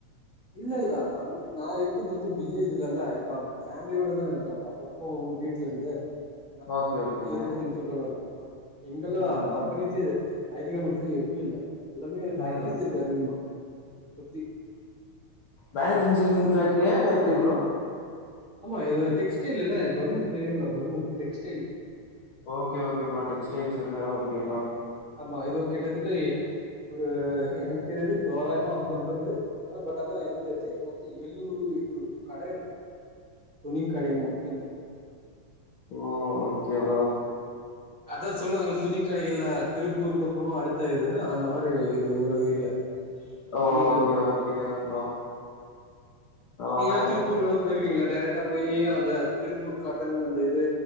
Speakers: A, on the right (about 35°); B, on the left (about 60°).
A: இல்ல இல்ல அங்க நா இருக்குது வந்து வில்லேஜ் இல்லல இப்ப ஃபேமிலியோட தான இருக்க அப்பப்போ வீட்லருந்து <unintelligible>
B: ஓகே ஓகேங்க
A: இருந்தா நீங்க சொல்ற மாரி <unintelligible> இங்கெல்லா
B: ம்
A: கம்பெனிசே
B: ம்
A: ஐ டி கம்பனிசே எதுமே இல்ல எல்லாமே ஃபக்ட்ரிஸ்
B: ம்
A: ருக்கு அதிகமா சுத்தி
B: மேனி ஃபங்க்சரிங்
A: ஆமா
B: ஃபேக்டரியா இல்ல எப்டி ப்ரோ
A: ஆமா இது டெக்ஸ்டைல் இல்ல பர்கூர் தெரியல Bargur textile
B: okay okay bro textiles இருக் ஓகே ப்ரோ
A: ஆமா இதுவு கிட்டத்தட்ட அ ஒரு எனக்கு தெரிஞ்சு தோராயமா அவ சொல்றது ஆனா பட் ஆனா எனக்கு தெரிஞ்சு மொத்தோ எழுநூறு எட்நூறு கட இருக்கு துணி கடைங்க மட்டுமே
B: ஓ ஓகே ப்ரோ
A: அதா சொல்லுவாங்கள துணி கடைகள் ல திருப்பூருக்கு அப்றோ அடுத்த இதுன்னு அந்த மாரி இது ஒரு ஏரியா
B: ஓகே
A: துணிங்களுக்கு
B: ஓகே ப்ரோ பரவால்ல
A: நீங்கலா திருப்பூர்குலா போயிருக்கீங்ளா டேரெக்டா போயி அங்க திருப்பூர் காட்டன் அந்த இது